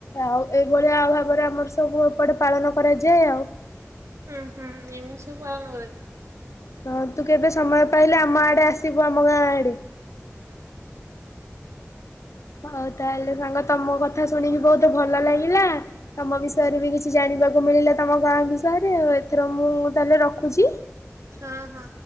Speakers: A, on the left; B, on the right.
A: ଆଉ ଏଇଭଳିଆ ଅଭାବରେ ଆମର ସବୁ ଏପଟେ ପାଳନ କରାଯାଏ ଆଉ।
B: ହୁଁ ହୁଁ ଏମିତି ସବୁ ପାଳନ କରାଯାଏ।
A: ହଁ ତୁ କେବେ ସମୟ ପାଇଲେ ଆମ ଆଡେ ଆସିବୁ ଆମ ଗାଁ ଆଡେ। ହଉ ତାହେଲେ ସାଙ୍ଗ ତମ କଥା ଶୁଣିବି ବହୁତ ଭଲ ଲାଗିଲା ତମ ବିଷୟରେ ବି କିଛି ଜାଣିବାକୁ ମିଳିଲା ତମ ଗାଁ ବିଷୟରେ ଆଉ ଏଥର ମୁଁ ତାହେଲେ ରଖୁଛି।
B: ହଁ ହଁ